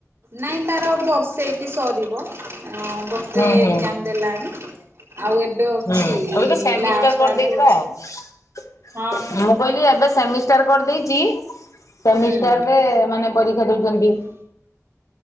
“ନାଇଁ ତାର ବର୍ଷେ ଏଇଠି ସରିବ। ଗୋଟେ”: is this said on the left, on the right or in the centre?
Right